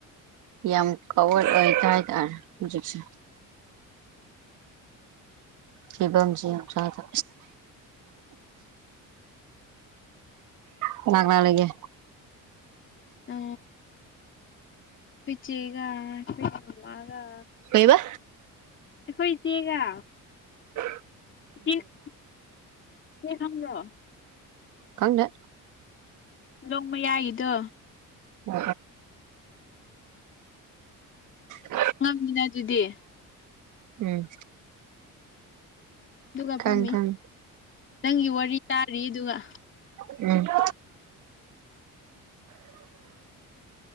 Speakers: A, on the right; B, on the left.
A: ꯌꯥꯝ ꯌꯥꯝ ꯀꯋꯥꯔ ꯑꯣꯏꯇꯥꯗ ꯦ ꯁꯤꯕꯝꯁꯤ ꯆꯗꯕ ꯀꯅꯥ ꯀꯅꯥ ꯂꯩꯒꯦ
B: ꯑ ꯐꯩ ꯆꯦꯒ ꯐ ꯃꯂꯥꯒ
A: ꯀꯩꯕ
B: ꯑꯩꯈꯣꯏ ꯏꯆꯦꯒ
A: ꯎꯝ
B: ꯏꯆꯦ ꯈꯪꯈ꯭ꯔꯣ
A: ꯀꯪꯗꯦ
B: ꯂꯣꯡꯃꯌꯥꯏꯗꯣ
A: ꯎ ꯎ
B: ꯪ ꯉꯝꯃꯤꯅ ꯑꯗꯨꯗꯤ
A: ꯎꯝ
B: ꯑꯗꯨꯒ
A: ꯈꯪ
B: ꯐꯝꯃꯤ
A: ꯈꯪ
B: ꯅꯪꯒꯤ ꯋꯥꯔꯤ ꯇꯥꯔꯤ ꯑꯗꯨꯒ
A: ꯎꯝ <inaudible>